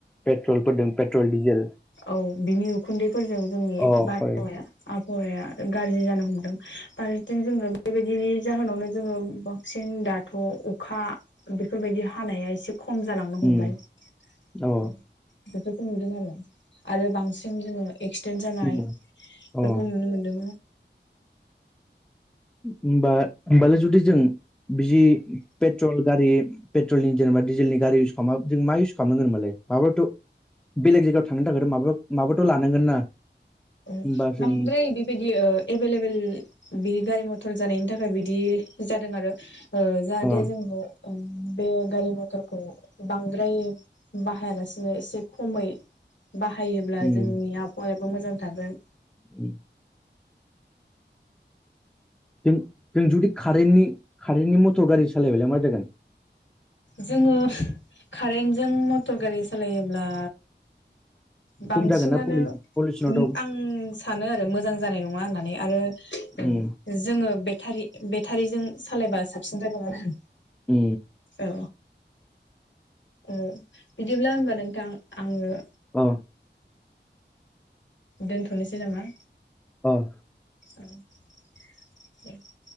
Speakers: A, in the centre; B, on the left.
A: पेट्रल <unintelligible> पेट्रल डिजेल
B: औ बिनि उखुन्दैफोरजों जोंनि
A: अ
B: बारहावाया
A: हय
B: आबहावाया गाज्रि जानो हमदों फारसेथिं जोङो बेबायदिनि जाहोनावनो जोङो बांसिन दा थ' अखा बेफोरबायदि हानाया एसे खम जालाां ह बेफोरखौ
A: उम अ
B: नु आरो बांसिन जों जोङो एक्सिडेन्ट जानायफोरखौ
A: उम अ
B: नुनो मोन्दों
A: हबा होमबालाय जुदि जों बिदि पेट्रल गारि पेट्रलनि जेनेबा डिजेलनि गारि इउस खालामबा जों मा इउस खालामनांगोन मालाय माबथ' बेलेग जायगायाव थांनो थाखायथ' मा माबाथ' लानांगोन ना
B: औ
A: होमबा जों
B: नम बिदि बिदि एभेलेबेल बिदि गारि मथर जानायनि थाखाय बिदि जादों आरो जाहाथे
A: अ
B: जों बे गारि मथरखौ बांद्राय बाहायालासिनो एसे खमै बाहायोब्ला
A: उम
B: जोंनि आबहावायाबो मोजां थागोन
A: उम जों जुदि कारट कारेन्टनि मटर गारि सालायबलाय मा जागोन
B: जोङो कारेन्टजों मटर गारि सालायोब्ला बांसिनानो
A: खम जागोन ना पलि पलिउसनाथ' अ
B: आं सानो आरो मोजां जानाय नङा होननानै आरो
A: उम
B: जोङो बेारि बेटारिजों सालायबा साबसिन जाबाय आरो
A: उ
B: औ औ बिदिब्ला होमबा नोंथां आङो
A: अ
B: दोनथ'नोसै नामा
A: औ
B: औ <unintelligible>